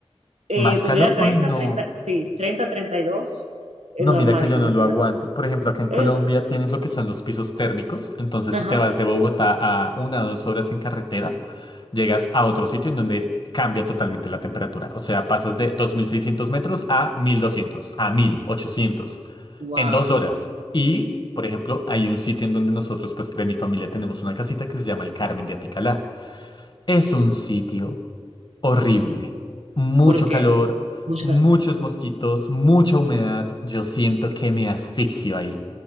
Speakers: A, on the right; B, on the left.
A: eh,
B: ¿Más
A: tuviera
B: calor?
A: treinta
B: Ay, no.
A: 30 sí, treinta treinta y dos eh,
B: No,
A: normal,
B: mira que yo
A: como
B: no
A: si
B: lo aguanto.
A: nada.
B: Por ejemplo, acá en
A: ¿Es
B: Colombia
A: verdad?
B: tienes lo que son los pisos térmicos. Entonces,
A: Ajá.
B: si te vas de Bogotá a una o dos horas en carretera, llegas a otro sitio en donde cambia totalmente la temperatura. O sea, pasas de 2.600 metros a 1.200, a 1.800
A: Wow.
B: en dos horas. Y, por ejemplo, hay un sitio en donde nosotros, pues, de mi familia tenemos una casita que se llama el Carmen de Apicalá. Es un sitio horrible. Mucho
A: ¿Por qué?
B: calor,
A: Mucho
B: muchos
A: calor.
B: mosquitos, mucha humedad. Yo siento que me asfixio ahí.